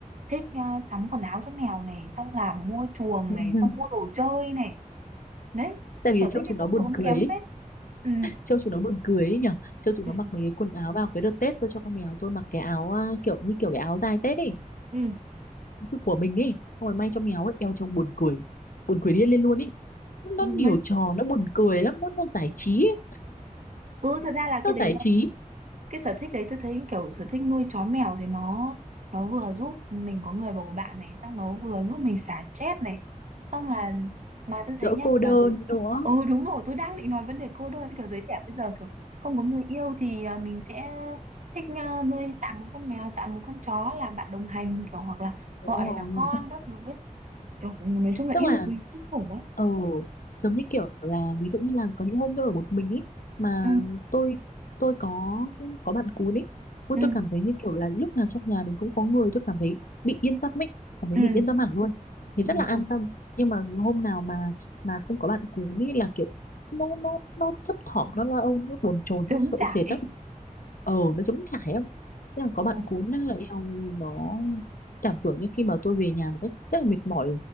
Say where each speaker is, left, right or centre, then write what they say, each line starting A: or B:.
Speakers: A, on the right; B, on the left.
A: thích à, sắm quần áo cho mèo này xong làm mua chuồng
B: <laughs>
A: này
B: Vâng. vâng.
A: xong mua đồ chơi này đấy
B: Tại
A: sở
B: vì trông
A: thích này
B: chúng
A: cũng
B: nó buồn
A: tốn
B: cười
A: kém
B: ấy.
A: phết ừ
B: Trông chúng nó buồn cười ấy nhở Trông chúng
A: ừ
B: nó mặc mấy cái quần áo vào cái đợt Tết tôi cho con mèo tôi mặc cái áo à, kiểu như kiểu cái áo dài Tết ấy
A: ừ
B: cứ của mình ấy xong rồi may cho mèo ấy đeo trông buồn cười buồn cười điên lên luôn ấy nó
A: Ừ,
B: nhiều
A: nói
B: trò
A: ừ
B: nó buồn cười lắm nó, nó giải trí ấy.
A: Ừ, thật ra là
B: nó
A: cái đấy
B: giải trí
A: cái sở thích đấy tôi thấy kiểu sở thích nuôi chó mèo thì nó nó vừa giúp mình có người bầu bạn này xong nó vừa giúp mình xả stress này xong là mà tôi thấy
B: đỡ
A: nhá
B: cô đơn
A: mà giới
B: nữa
A: ừ đúng rồi tôi đang định nói vấn đề cô đơn kiểu giới trẻ bây giờ kiểu không có người yêu thì à, mình sẽ thích à, nuôi tạm một con mèo tạm một con chó là bạn đồng hành kiểu hoặc là
B: đúng
A: gọi
B: rồi
A: là con các thứ ấy kiểu nói chung là
B: tức
A: yêu
B: là
A: quý kinh khủng ấy
B: ờ giống như kiểu là ví dụ như là có những hôm tôi ở một mình ấy mà
A: ừ
B: tôi tôi có có bạn cún ấy ui
A: ừ
B: tôi cảm thấy như kiểu là lúc nào trong nhà mình cũng có người tôi cảm thấy bị yên tâm ấy cảm thấy
A: ừ
B: mình yên tâm hẳn luôn thì
A: đúng
B: rất là an
A: rồi
B: tâm nhưng mà hôm nào mà mà không có bạn cún ấy là kiểu nó nó nó thấp thỏm nó lo âu nó bồn chồn
A: chống
B: nó sợ
A: trải
B: sệt lắm ờ nó trống trải lắm thế là có
A: ừ.
B: bạn cún là eo nó cảm tưởng như khi mà tôi về nhà một cách rất là mệt mỏi